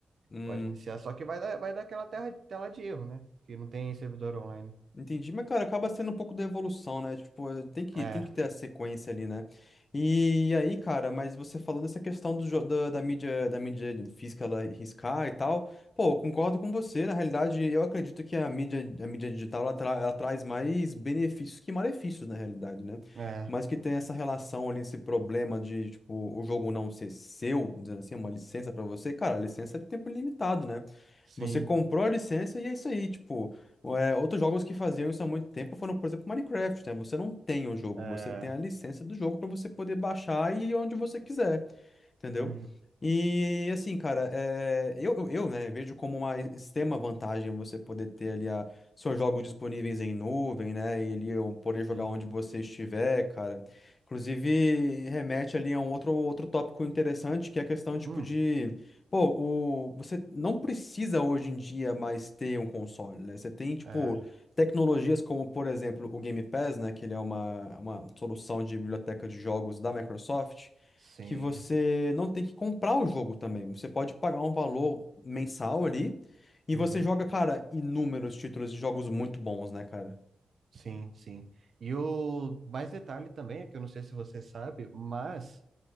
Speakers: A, on the left (about 35°); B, on the right (about 50°).
A: Hum.
B: pode iniciar, só que vai dar, vai dar aquela terra- tela de erro, né? Que não tem servidor online.
A: Entendi, mas cara, acaba sendo um pouco da evolução, né? Tipo, eh, tem que,
B: É,
A: tem que ter a sequência ali, né? E aí, cara, mas você falou dessa questão do, jo- da, da mídia, da mídia física ela riscar e tal. Pô, eu concordo com você. Na realidade, eu acredito que a mídia, a mídia digital ela, tra- ela traz mais benefícios que malefícios, na realidade, né?
B: é,
A: Mas que tem essa relação ali, esse problema de, tipo, o jogo não ser seu, dizendo assim, é uma licença pra você. Cara, a licença é de tempo ilimitado, né?
B: sim,
A: Você comprou a licença e é isso aí, tipo, é, outros jogos que faziam isso há muito tempo foram, por exemplo, Minecraft, né? Você não tem o jogo,
B: é,
A: você tem a licença do jogo para você poder baixar e ir onde você quiser. Entendeu?
B: uhum,
A: E assim, cara, é, eu, eu, eu, né, vejo como uma extrema vantagem você poder ter ali a, seus jogos disponíveis em nuvem, né? E ali eu poder jogar
B: sim,
A: onde você estiver, cara. Inclusive, remete ali a um outro, outro tópico interessante, que é a questão, tipo,
B: hum,
A: de. Pô, o, você não precisa hoje em dia mais ter um console, né? Você tem, tipo,
B: é,
A: tecnologias como, por exemplo, o Game Pass, né? Que ele é uma, uma solução de biblioteca de jogos da Microsoft
B: sim,
A: que você não tem que comprar o jogo também. Você pode pagar um valor mensal ali e
B: uhum,
A: você joga, cara, inúmeros títulos de jogos muito bons, né, cara?
B: sim, sim. E o mais detalhe também, é que eu não sei se você sabe, mas